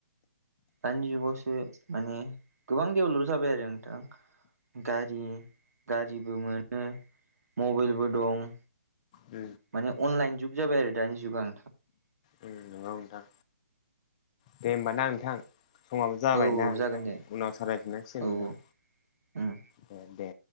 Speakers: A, on the right; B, on the left.
A: दानि जुगावसो माने गोबां दडेभेलप जाबाय आरो नोंथां। गारि गारिबो मोनो मबाइलबो दं।
B: उ
A: माने अनलाइन जुग जाबाय आरो दानि जुगा
B: उ नंगौ नोंथां दे होमबाना नोंथां समाबो जाबायना
A: औ औ
B: नोंथां
A: जागोन दे
B: उनाव सावराय फिननांसिगोन
A: औ
B: नोंथां
A: औ उम
B: अ दे